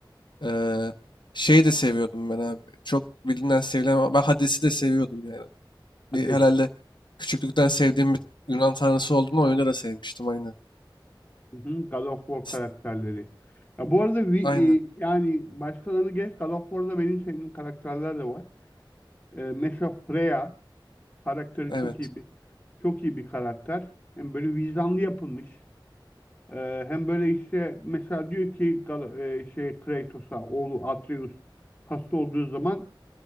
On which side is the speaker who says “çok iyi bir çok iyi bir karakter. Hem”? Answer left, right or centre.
Left